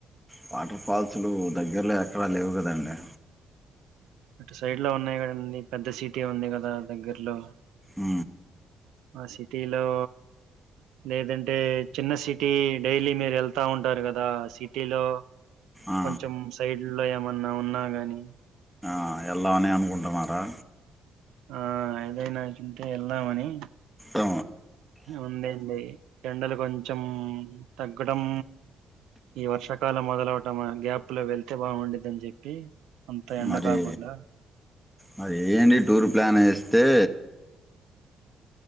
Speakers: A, in the centre; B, on the right.
A: వాటర్ ఫాల్స్లు దగ్గరలో ఎక్కడా లేవు కదండి
B: అటు సైడ్ లో ఉన్నాయి కదండి పెద్ద సీటీ ఉంది కదా దగ్గర్లో
A: ఊ
B: మా సిటీలో లేదంటే చిన్న సిటీ డైలీ మీరు ఎళ్తా ఉంటారు కదా సిటీలో
A: ఆ,
B: కొంచెం సైడ్లో ఏమన్న ఉన్నా గాని
A: ఆ ఎల్దామని అనుకుంటున్నారా
B: ఆ ఏదైనా తింటూ వెళ్దామని
A: ఆ,
B: ఉందండి ఎండలు కొంచెం తగ్గడం ఈ వర్షాకాలం మొదలవటం గ్యాప్ లో వెళ్తే బాగుండిదని చెప్పి అంత ఎండ
A: మరీ
B: కాకుండా
A: మరీ ఏంటి టూర్ ప్లాన్ ఏస్తే